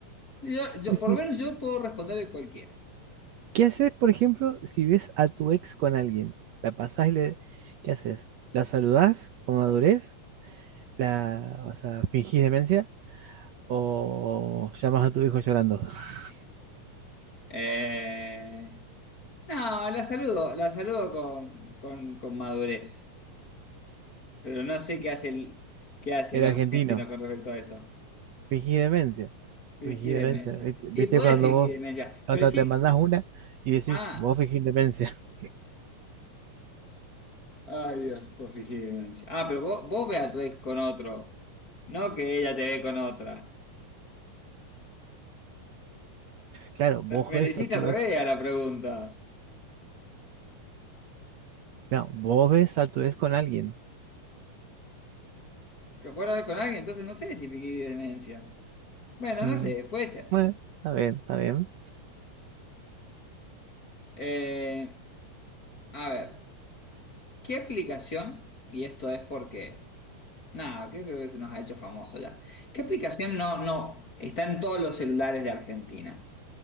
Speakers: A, on the left (about 30°); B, on the right (about 65°).
A: Yo, yo-
B: sí, sí.
A: por lo menos yo puedo responder de cualquiera.
B: ¿Qué haces, por ejemplo, si ves a tu ex con alguien? ¿La pasás y le... ¿Qué haces? ¿La saludás con madurez? ¿La, o sea, fingís demencia? ¿O llamas a tu hijo llorando? <laughs>
A: Eh, no, la saludo, la saludo con, con- con madurez, pero no sé qué hace el- qué hacen
B: El
A: los
B: argentino,
A: argentinos con respecto a eso.
B: fingís demencia.
A: Fingís
B: Fingir demencia.
A: demencia.
B: ¿Viste? ¿Viste
A: Y podés
B: cuando
A: fingir
B: vos,
A: demencia,
B: cuando
A: pero sí...
B: te mandas una y decís,
A: Ah.
B: vos fingís demencia? <laughs>
A: Ay, Dios, por fingir. Ah, pero vos, vos ve a tu ex con otro, no que ella te ve con otra.
B: Claro, vos
A: Me
B: ves
A: le hiciste
B: a tu
A: al revés
B: ex.
A: a la pregunta.
B: No, vos ves a tu ex con alguien.
A: ¿Que puedo hablar con alguien? Entonces no sé si fingí demencia. Bueno,
B: Mm,
A: no sé, puede ser.
B: Bueno, está bien, está bien.
A: Eh, a ver, ¿qué aplicación? Y esto es porque, nada, creo que se nos ha hecho famoso ya. ¿Qué aplicación no, no está en todos los celulares de Argentina?